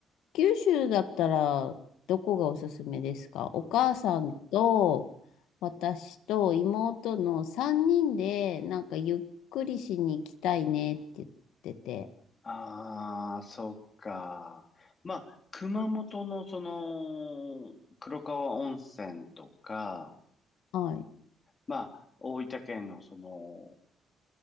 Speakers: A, on the left; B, on the left.
A: 九州だったら、どこがおすすめですかお母さんと、私と妹の3人で、なんかゆっくりしに行きたいねって言ってて。
B: ああ、そっか。まあ、熊本のその黒川温泉とか、
A: はい。
B: まあ、大分県のその